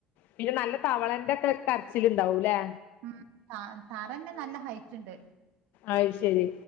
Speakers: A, on the left; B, on the right.
A: പിന്നെ നല്ല തവളന്റെക്കെ കരച്ചില്ണ്ടാവുംലേ
B: ഉം താ തറന്നെ നല്ല ഹൈറ്റ്ണ്ട്
A: അത്ശരി